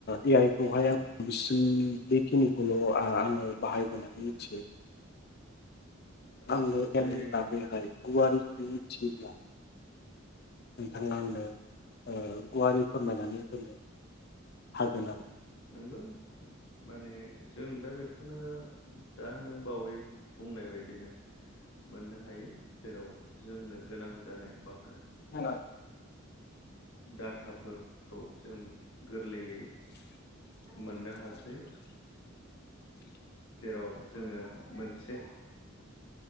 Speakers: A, on the left; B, on the left.
A: ए आइ बेखौहाय आं बिसिम बेखिनिखौल' आङो बाहायबोनानै मिथियो
B: औ
A: आंनो
B: बे
A: एलनि बागैहाय गुवारै जुदि मिथियोब्ला नोंथांङा आंनो ओ गुवारै फोरमायनानै होनो? हागोन आरो।
B: नंगौ। माने जों दा बेखौनो दा नों बावै बुंनाय बायदिनो मोननो हायो जेराव जोंनो गोनां जानाय मा
A: ओ
B: डाटाफोरखौ जों गोरलैयै मोननो हासै। जेराव जोङो मोनसे